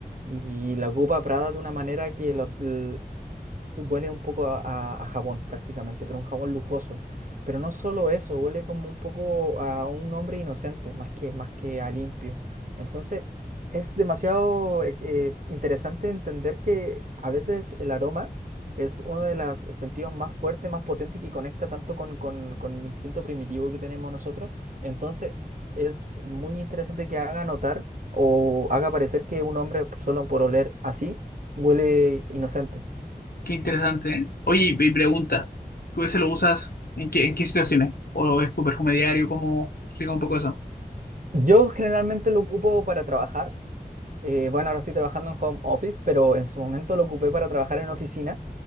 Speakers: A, on the right; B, on the left.
A: y la ocupa Prada de una manera que lo- l- se huele un poco a, a- a jabón prácticamente, pero un jabón lujoso. Pero no solo eso, huele como un poco a un hombre inocente, más que, más que a limpio. Entonces, es demasiado eh, eh, interesante entender que a veces el aroma es uno de los sentidos más fuertes, más potentes que conecta tanto con, con- con el instinto primitivo que tenemos nosotros. Entonces, es muy interesante que haga notar o haga parecer que un hombre solo por oler así huele inocente.
B: Qué interesante, ¿eh? Oye, y y pregunta, ¿tú ese lo usas en qué, en qué situaciones? ¿O es tu perfume diario? ¿Cómo? Explica un poco eso.
A: Yo generalmente lo ocupo para trabajar. Eh, bueno, ahora estoy trabajando en home office, pero en su momento lo ocupé para trabajar en oficina